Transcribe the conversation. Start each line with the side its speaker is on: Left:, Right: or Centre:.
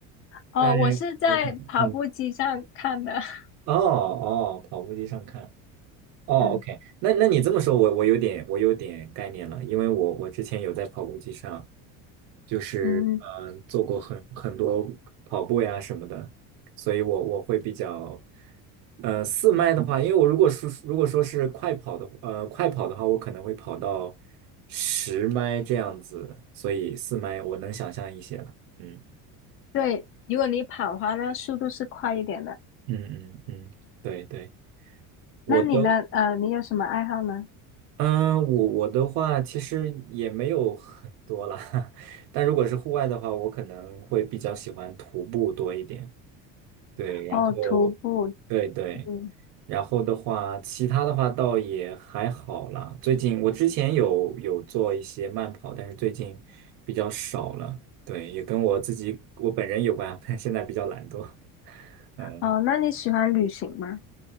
Left: 哦，
Right: 但
Left: 我是在跑步机上看的。
Right: 我嗯，
Left: <laughs>
Right: 哦哦，跑步机上看，哦，OK，
Left: 嗯
Right: 那那你这么说，我我有点我有点概念了，因为我我之前有在跑步机上，就是嗯呃做过很很多跑步呀什么的，
Left: 嗯，
Right: 所以我我会比较，呃四麦的话，因为我如果是如果说是快跑的，呃快跑的话，我可能会跑到十麦这样子，所以四麦我能想象一些了，嗯
Left: 对，如果你跑的话，那速度是快一点的。
Right: 嗯嗯嗯，对对，我都。
Left: 那你呢？呃，你有什么爱好呢？
Right: 嗯，我我的话其实也没有很多啦，<laughs> 但如果是户外的话，我可能会比较喜欢徒步多一点。对，然后，
Left: 哦，徒步。
Right: 对对，
Left: 嗯，
Right: 然后的话，其他的话倒也还好啦。最近我之前有有做一些慢跑，但是最近比较少了。对，也跟我自己我本人有关，<laughs> 现在比较懒惰。嗯。
Left: 哦，那你喜欢旅行吗？